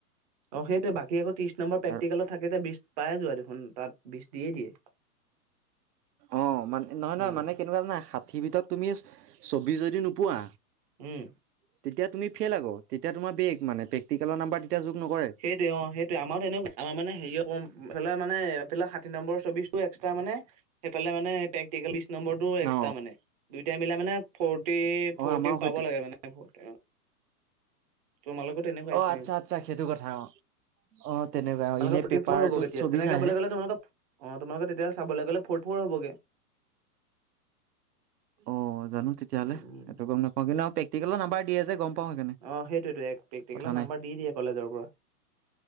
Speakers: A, on the right; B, on the right.
A: অ সেইটোৱে বাকী আকো তিৰিছ নম্বৰ প্ৰেক্টিকেলত
B: আৰু
A: থাকে বিশ পায়েই যোৱা দেখোন তাত বিশ দিয়ে দিয়ে
B: অ মানে নহয় নহয়
A: উম
B: মানে কেনেকুৱাই ষাঠিৰ ভিতৰত তুমি চৌবিশ যদি নোপোৱা
A: উম
B: তেতিয়া তুমি ফেইল আকৌ তেতিয়া তোমাৰ বেগ মানে প্ৰেক্টিকেলৰ নাম্বাৰ তেতিয়া যোগ নকৰে
A: সেইটোয়ে অ সেইটোয়ে আমাৰ তেনেকুৱা আমাৰ মানে হেৰি মানে ষাঠি নম্বৰ চবিছটো এক্সৰা মানে‌ সেইফালে পেটি নম্বৰটো এক্সট্ৰা
B: অ
A: মানে দুইটাই মিলাই মানে ফ
B: অ
A: ফৰটি
B: আমাৰো সেইটো
A: পাব লাগে মানে ফ তোমালোকত এনেকুৱা আহ
B: অ
A: হৈছে
B: আচ্ছা আচ্ছা সেইটো কথা অ অ তেনেকুৱা এনে
A: ত ফৰটি
B: পেপাৰটোত
A: ফৰ হ'ব হ'ব কেতিয়া
B: চৌবিশ
A: তেনেকে
B: আহে
A: গলে তোমোক অ তোমালোক তেতিয়া চাবলৈ গলে ফ ফৰ হবগে
B: অ জানো তেতিয়াহলে
A: উম
B: গম নাপওঁ কিন্ত প্ৰেক্টিকেলৰ নাম্বাৰ দিয়ে যে পাওঁ সেইকাৰণে
A: আহ সেইটোতো এক প্ৰেক্টিকেলৰ
B: কথা
A: নাম্বৰ
B: নাই
A: দি দিয়ে কলেজৰ পৰা